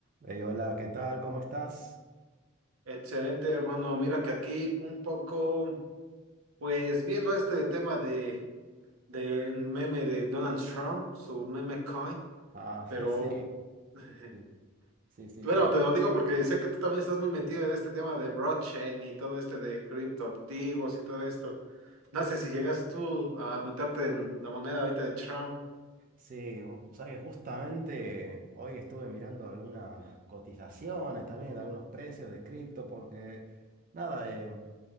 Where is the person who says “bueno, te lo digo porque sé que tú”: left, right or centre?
Right